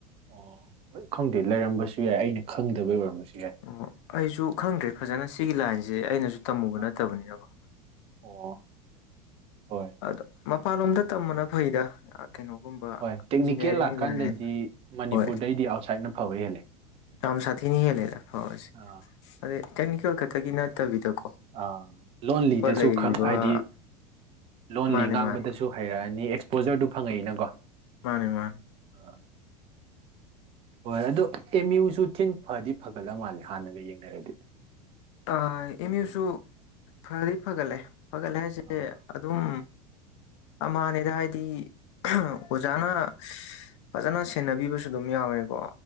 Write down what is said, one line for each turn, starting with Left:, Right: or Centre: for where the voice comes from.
Right: ꯑꯣ ꯍꯣꯏ ꯈꯪꯗꯦ ꯂꯩꯔꯝꯕꯁꯨ ꯌꯥꯏ ꯑꯩꯅ ꯈꯪꯗꯕꯩ ꯑꯣꯏꯔꯝꯃꯁꯨ
Left: ꯑꯣ ꯑꯩꯁꯨ ꯈꯪꯗ꯭ꯔꯦ ꯐꯖꯅ ꯁꯤꯒꯤ ꯂꯥꯏꯟꯁꯦ ꯑꯩꯅꯖꯨ ꯇꯝꯃꯨꯕ
Right: ꯑꯥ
Left: ꯅꯠꯇꯕꯅꯤꯅꯀꯣ
Right: ꯑꯣ ꯍꯣꯏ
Left: ꯑꯗꯣ ꯃꯄꯥꯟꯂꯣꯝꯗ ꯇꯝꯃꯅ ꯐꯩꯗ ꯀꯩꯅꯣꯒꯨꯝꯕ
Right: ꯍꯣꯏ ꯇꯦꯛꯅꯤꯀꯦꯜ
Left: ꯏꯟꯖꯤꯅꯤꯌꯥꯔꯤꯡ
Right: ꯂꯥꯛꯀꯥꯟꯗꯗꯤ
Left: ꯂꯥꯏꯟ
Right: ꯃꯅꯤꯄꯨꯔꯗꯩꯗꯤ
Left: ꯍꯣꯏ
Right: ꯑꯥꯎꯠꯁꯥꯏꯠꯅ ꯐꯕ ꯍꯦꯜꯂꯦ
Left: ꯌꯥꯝ ꯁꯥꯊꯤꯅ ꯍꯦꯜꯂꯦꯗ ꯐꯥꯕꯁꯦ
Right: ꯑꯥ
Left: ꯑꯗꯩ ꯇꯦꯛꯅꯤꯀꯦꯜ ꯈꯛꯇꯒꯤ ꯅꯠꯇꯕꯤꯗ
Right: ꯑ ꯂꯣꯟꯂꯤꯗꯁꯨ
Left: ꯂꯩꯔꯤꯕ
Right: ꯈꯛ ꯍꯥꯏꯗꯤ ꯂꯣꯜꯂꯤ
Left: ꯃꯥꯅꯦ
Right: ꯉꯥꯡꯕꯗꯁꯨ
Left: ꯃꯥꯅꯦ
Right: ꯍꯩꯔꯛꯑꯅꯤ ꯑꯦꯛꯁꯄꯣꯖꯔꯗꯨ ꯐꯪꯉꯛꯏꯅꯀꯣ
Left: ꯃꯥꯅꯦ ꯃꯥꯅꯦ
Right: ꯑꯥ ꯍꯣꯏ ꯑꯗꯨ ꯑꯦꯝ ꯌꯨꯁꯨ ꯊꯤꯟ ꯐꯗꯤ ꯐꯒꯠꯂ ꯃꯥꯜꯂꯦ ꯍꯥꯟꯅꯒ ꯌꯦꯡꯅꯔꯗꯤ
Left: ꯑꯥ ꯑꯦꯝ ꯌꯨꯁꯨ ꯐꯗꯤ ꯐꯒꯠꯂꯦ ꯐꯒꯠꯂꯦ ꯍꯥꯏꯁꯦ
Right: ꯑꯥ
Left: ꯑꯗꯨꯝ ꯑꯝꯃꯥꯅꯦꯗ ꯍꯥꯏꯗꯤ ꯑꯣꯖꯥꯅ ꯐꯖꯅ ꯁꯦꯟꯅꯕꯤꯕꯁꯨ ꯑꯗꯨꯝ ꯌꯥꯎꯔꯦꯀꯣ